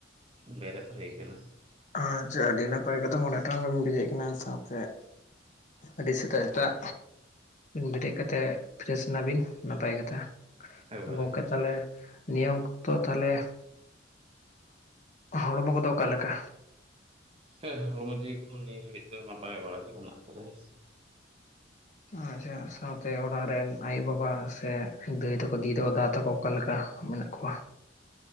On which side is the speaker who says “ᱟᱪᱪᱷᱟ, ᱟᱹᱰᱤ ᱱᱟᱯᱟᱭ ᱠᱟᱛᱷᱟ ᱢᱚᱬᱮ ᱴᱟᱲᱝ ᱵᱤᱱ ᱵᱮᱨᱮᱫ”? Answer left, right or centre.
Left